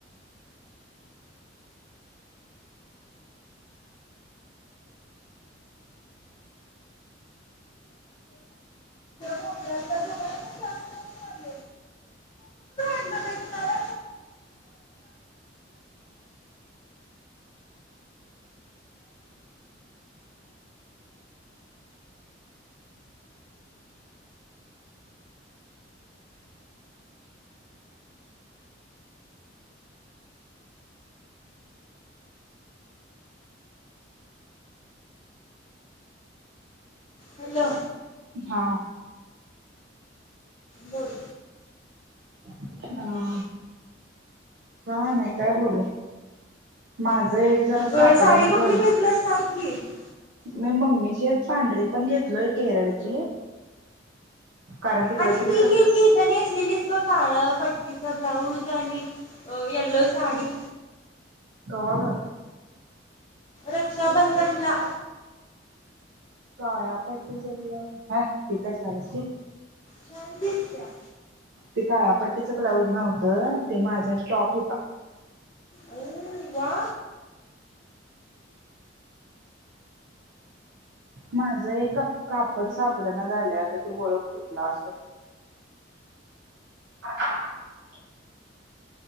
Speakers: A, on the left; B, on the right.
A: <inaudible> <unintelligible> हॅलो
B: हा
A: बोल
B: हा काय नाही काय बोलू माझं एक जरा सापडना
A: ग, साडी कुठली
B: ग
A: घेतलं <unintelligible>
B: मी मम्मीची एक पांढरी पण घेतलोय केरळची कारण तिकडे
A: आणि
B: सगळी
A: ती
B: तस
A: घे ती इथं नेसल्यालीस बघ काळं पट्टीचं ब्लाऊज आणि अं येल्लो साडी
B: कवा ग
A: रक्षाबंधनला
B: ह्या ती कश्याला शी
A: छान दिसत्या
B: ते काळ्या पट्टीचं ब्लाउज नव्हतं ते माझ्या टॉप हुता.
A: अय्योव वा
B: माझं एक कापड सापडना झालंय आता तु ओळख कुठला असं <inaudible>